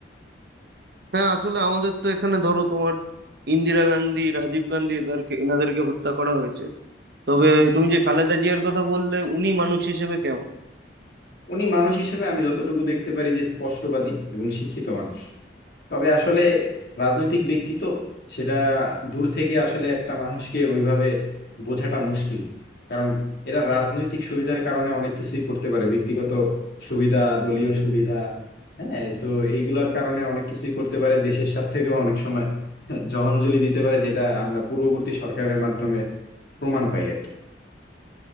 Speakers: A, on the right; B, on the left.
A: হ্যাঁ আসলে আমাদের তো এখানে ধরো তোমার ইন্দিরা গান্ধী রাজীব গান্ধী এদেরকে এনাদেরকে হত্যা করা হয়েছে তবে তুমি যে খালেদা জিয়ার কথা বললে উনি মানুষ হিসেবে কেমন
B: উনি মানুষ হিসেবে আমি যতটুকু দেখতে পারি যে স্পষ্টবাদী এবং শিক্ষিত মানুষ তবে আসলে রাজনৈতিক ব্যক্তি তো সেটা দূর থেকে আসলে একটা মানুষকে ওইভাবে বোঝাটা মুশকিল কারণ এরা রাজনৈতিক সুবিধার কারণে অনেক কিছুই করতে পারে ব্যক্তিগত সুবিধা দলীয় সুবিধা হ্যাঁ তো এইগুলার কারণে অনেক কিছুই করতে পারে দেশের স্বার্থেও অনেক সময় জলাঞ্জলি দিতে পারে যেটা আমরা পূর্ববর্তী সরকারের মাধ্যমে প্রমাণ পাই আর কি